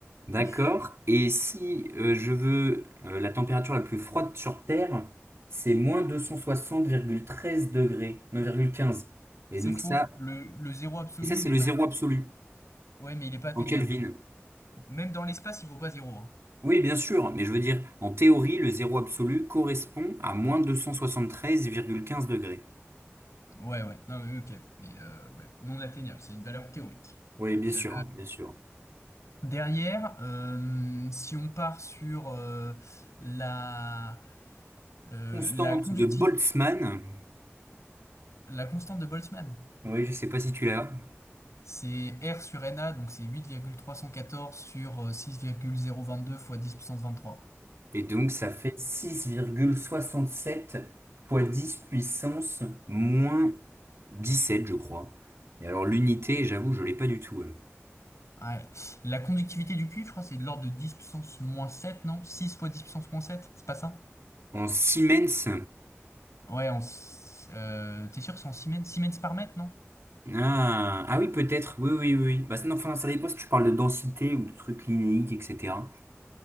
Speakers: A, on the right (about 60°); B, on the left (about 80°).
A: D'accord.
B: <laughs>
A: Et si euh, je veux euh, la température la plus froide sur Terre, c'est moins 260,13 degrés, 9,15. Et
B: C'est
A: donc
B: faux.
A: ça,
B: Le le zéro absolu
A: et ça c'est
B: n'est
A: le
B: pas
A: zéro
B: atteignable.
A: absolu
B: Ouais, mais il est pas atteignable.
A: en Kelvin.
B: Même dans l'espace, il vaut pas zéro. hein.
A: Oui, bien sûr, mais je veux dire, en théorie, le zéro absolu correspond à moins 273,15 degrés.
B: Ouais, ouais, non, oui, ok, mais euh, ouais. Non atteignable, c'est une valeur théorique.
A: Oui, bien sûr,
B: Euh,
A: bien sûr.
B: derrière, euh, si on part sur euh, la, euh,
A: Constante
B: la conductiv-
A: de Boltzmann.
B: la constante de Boltzmann,
A: Oui, je sais pas si tu l'as.
B: c'est R sur Na, donc c'est 8,314 sur euh, 6,022 fois 10 puissance 23.
A: Et donc, ça fait six virgule soixante-sept fois 10 puissance moins dix-sept je crois. Et alors, l'unité, j'avoue, je l'ai pas du tout. hein.
B: Ouais. La conductivité du cuivre, je crois, c'est de l'ordre de 10 puissance moins sept non? six fois 10 puissance moins sept c'est pas ça?
A: En Siemens.
B: Ouais, en, s- euh, t'es sûr que c'est en siemens, siemens par mètre, non?
A: Ah, ah oui, peut-être. Oui, oui, oui. oui. Bah, ça- non, enfin, ça dépend si tu parles de densité ou de trucs linéiques, etc.